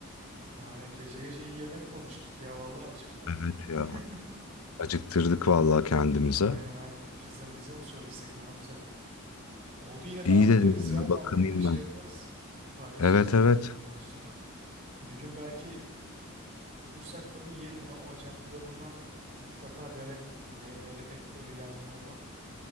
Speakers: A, on the right; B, on the left.
A: Aynen gece gece iyi yemek konuştuk ya valla acıktım.
B: Evet ya.
A: <laughs>
B: Acıktırdık vallahi kendimize.
A: Aynen aynen bir pizza mizza mı söylesek ne yapsak? Oldu yine
B: İyi
A: devam
B: dedin
A: ederiz ya
B: ya
A: muhabbete
B: bakınayım
A: şey
B: ben.
A: yaparız. Paylaşırız
B: Evet
A: yine
B: evet
A: yemek konusunda. Bir gün belki bulursak böyle yiyelim ha o Acem pilavından mutlaka dene. Meyveyle et böyle yan yana olan